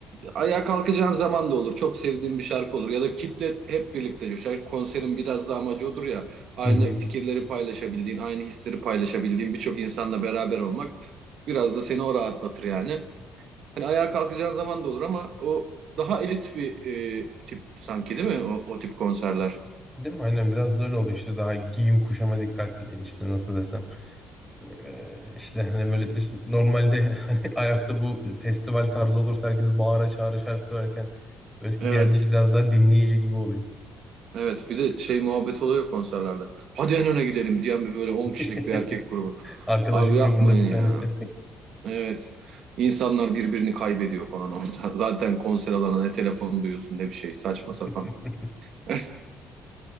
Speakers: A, on the right; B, in the centre.
A: ayağa kalkacağın zaman da olur. Çok sevdiğim bir şarkı olur ya da kitle hep birlikte coşar. Konserin biraz da amacı odur ya. Aynı
B: Hı hı.
A: fikirleri paylaşabildiğin, aynı hisleri paylaşabildiğin birçok insanla beraber olmak biraz da seni o rahatlatır yani. Hani ayağa kalkacağın zaman da olur ama o daha elit bir e, tip sanki değil mi? O, o tip konserler.
B: Değil mi? Aynen biraz da öyle oluyor işte daha giyim kuşama dikkatli işte nasıl desem. Ee, işte hani böyle işte, normalde <laughs> hani ayakta bu festival tarzı olursa herkes bağıra çağıra şarkı söylerken böyle <laughs>
A: Evet.
B: diğerleri biraz daha dinleyici gibi oluyor.
A: Evet bir de şey muhabbet oluyor konserlerde. Hadi en öne gidelim diyen bir böyle 10
B: <laughs>
A: kişilik bir erkek grubu.
B: Arkadaş
A: Abi
B: grubunda
A: yapmayın
B: bir tanesi.
A: ya. Evet. İnsanlar birbirini kaybediyor falan orada. <laughs> Zaten konser alanına ne telefon duyuyorsun ne bir şey saçma
B: <laughs>
A: sapan. <laughs>